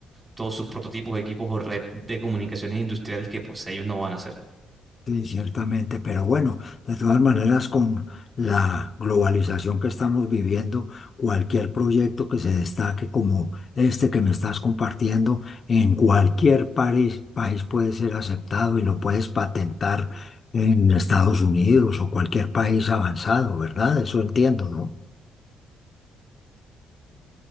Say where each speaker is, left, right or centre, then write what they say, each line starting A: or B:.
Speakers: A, on the right; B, on the left.
A: todos sus prototipos, equipos o red de comunicaciones industriales que pues ellos no van a hacer.
B: Sí, ciertamente, pero bueno, de todas maneras, con la globalización que estamos viviendo, cualquier proyecto que se destaque como este que me estás compartiendo, en cualquier país, país puede ser aceptado y lo puedes patentar en Estados Unidos o cualquier país avanzado, ¿verdad? Eso entiendo, ¿no?